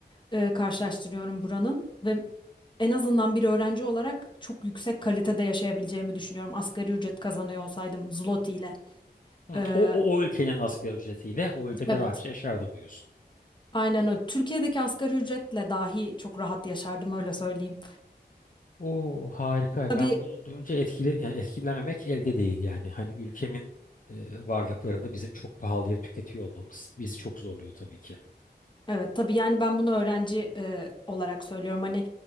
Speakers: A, on the left; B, on the left.
A: e, karşılaştırıyorum buranın ve en azından bir öğrenci olarak çok yüksek kalitede yaşayabileceğimi düşünüyorum. Asgari ücret kazanıyor olsaydım zloty ile.
B: Hı.
A: Ee,
B: O, o, o ülkenin asgari ücretiyle o ülkede
A: Evet.
B: rahatça yaşardım diyorsun.
A: Aynen öyle. Türkiye'deki asgari ücretle dahi çok rahat yaşardım öyle söyleyeyim.
B: O harika.
A: Tabii
B: Ben bunu duyunca etkile, yani etkilenmemek elde değil yani. Hani ülkemin e, varlıklarını bizim çok pahalıya tüketiyor olmamız bizi çok zorluyor tabii ki.
A: evet tabii yani ben bunu öğrenci e, olarak söylüyorum. Hani